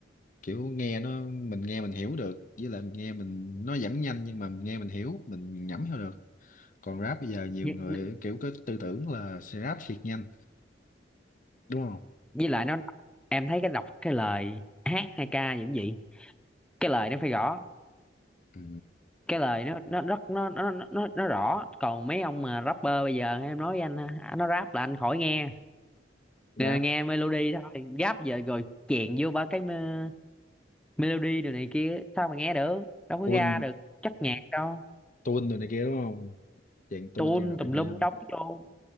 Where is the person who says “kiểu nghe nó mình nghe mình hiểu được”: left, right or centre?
Left